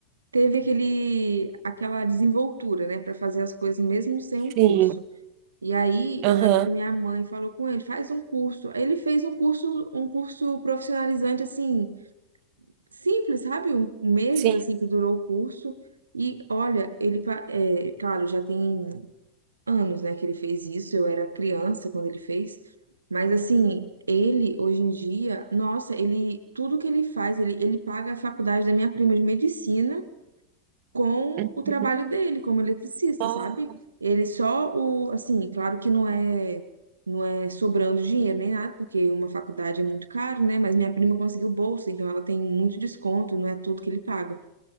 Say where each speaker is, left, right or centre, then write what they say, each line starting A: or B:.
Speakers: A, on the right (about 75°); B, on the right (about 45°).
A: teve aquele aquela desenvoltura, né, para fazer as coisas mesmo sem um
B: sim,
A: curso. E aí
B: aham,
A: eu lembro que minha mãe falou com ele, faz um curso. Aí Ele fez um curso, um curso profissionalizante assim, simples, sabe? Um, um meses
B: sim.
A: assim que durou o curso. E olha, ele, pa- é, claro, já tem anos, né, que ele fez isso. Eu era criança quando ele fez. Mas assim, ele hoje em dia, nossa, ele tudo que ele faz, ele, ele paga a faculdade da minha prima de medicina com
B: uhum.
A: o trabalho dele como eletricista,
B: Oh,
A: sabe? Ele só o, assim, claro que não é não é sobrando dinheiro nem nada, porque uma faculdade é muito caro, né? Mas minha prima conseguiu bolsa, então ela tem muito desconto, não é tudo que ele paga.